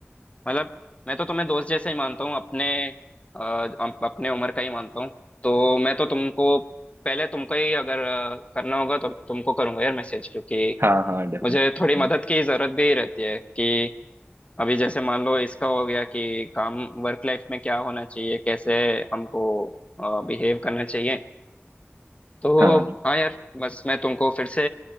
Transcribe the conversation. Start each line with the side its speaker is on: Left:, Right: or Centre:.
Left: मतलब मैं तो तुम्हें दोस्त जैसे ही मानता हूँ अपने अ, अप- अपने उम्र का ही मानता हूँ तो मैं तो तुमको पहले तुमको ही अगर अ, करना होगा तो तुमको करूंगा यार मैसेज क्योंकि
Right: हाँ हाँ डेफिनेटली
Left: मुझे थोड़ी
Right: हाँ
Left: मदद की जरूरत भी रहती है कि अभी जैसे मान लो इसका हो गया कि काम वर्क लाइफ में क्या होना चाहिए कैसे हमको बिहेव करना चाहिए तो
Right: हाँ
Left: हाँ यार बस मैं तुमको फिर से